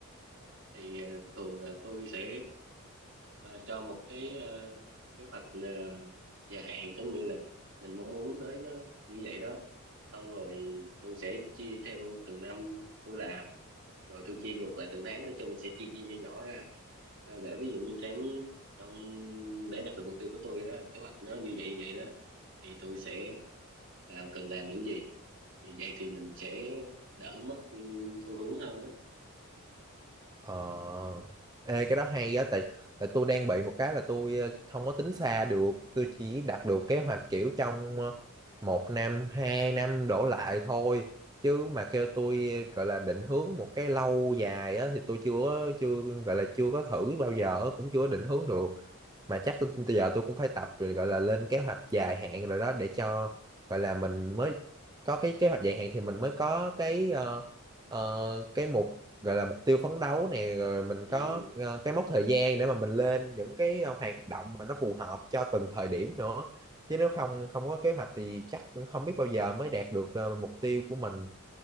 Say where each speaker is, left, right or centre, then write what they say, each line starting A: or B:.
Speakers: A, on the right; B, on the right.
A: thì ờ, thường là tôi sẽ ờ, cho một cái ờ, kế hoạch ờ, dài hạn có nghĩa là mình mong muốn tới nó như vậy đó xong rồi tôi sẽ chia theo từng năm tôi làm rồi tôi chia ngược lại từng tháng nói chung mình sẽ chia chia nhỏ ra Ờ, để ví dụ như tháng trong để đạt được mục tiêu của tôi đó kế hoạch nó như vậy như vậy đó thì tôi sẽ làm cần làm những gì thì vậy thì mình sẽ đỡ mất ừ, phương hướng hơn á
B: Ờ, ê cái đó hay á tại tại tôi đang bị một cái là tôi ờ, không có tính xa được, tôi chỉ đặt được kế hoạch kiểu trong ờ, một năm, hai năm đổ lại thôi. Chứ mà kêu tôi ờ, gọi là định hướng một cái lâu dài á thì tôi chưa có chưa gọi là chưa có thử bao giờ, cũng chưa có định hướng được mà chắc tôi, tôi giờ tôi cũng phải tập rồi gọi là lên kế hoạch dài hạn rồi đó để cho gọi là mình mới có cái kế hoạch dài hạn thì mình mới có cái ờ, ờ, cái mục gọi là mục tiêu phấn đấu nè rồi mình
A: ừ.
B: có ờ, cái mốc thời gian để mà mình lên những cái ờ, hoạt động mà nó phù hợp cho từng thời điểm nữa chứ nếu không không có kế hoạch thì chắc cũng không biết bao giờ mới đạt được ờ, mục tiêu của mình